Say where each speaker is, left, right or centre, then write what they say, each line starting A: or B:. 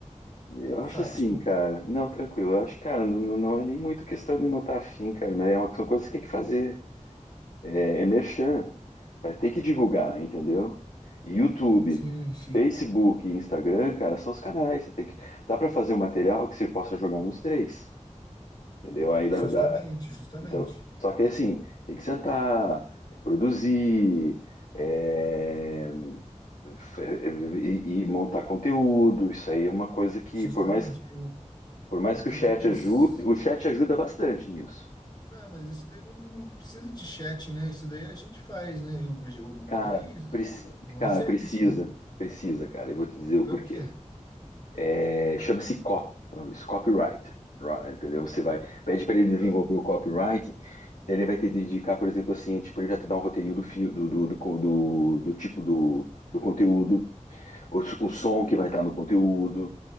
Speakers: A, on the left; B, on the left.
A: eu acho
B: Fá,
A: assim,
B: desculpa.
A: cara. Não, tranquilo. Eu acho, cara, não, não não é nem muito questão de não estar afim, cara, mas é uma, são coisas que tem que fazer. É, é merchan. Vai ter que divulgar, entendeu? YouTube,
B: Sim, sim.
A: Facebook e Instagram, cara, são os canais. Você tem que, dá para fazer um material que você possa jogar nos três, entendeu? Aí dá,
B: Justamente,
A: dá,
B: justamente,
A: Então, só que assim, tem que sentar, é, produzir, é, f- é, e, e montar conteúdo. Isso aí é uma coisa que,
B: justamente.
A: por mais,
B: O,
A: por mais
B: o
A: que
B: que
A: o chat
B: eu tô pensando.
A: ajude, o chat ajuda bastante nisso.
B: Não, mas isso daí não, não precisa de chat, né? Isso daí a gente faz, né? O, o
A: Cara,
B: bom é isso.
A: preci-
B: O lance
A: cara, precisa,
B: é isso, né?
A: precisa, cara. Eu vou te dizer o
B: Pra
A: porquê.
B: o quê?
A: É, chama-se copy, o nome disso, copyright, ro- entendeu? Você vai, pede para ele desenvolver
B: Ah.
A: o copyright daí ele vai ter de indicar, por exemplo, assim, tipo, ele já te dá um roteirinho do fio, do, do, do, co- do- do tipo do, do conteúdo, o, o som que vai estar no conteúdo,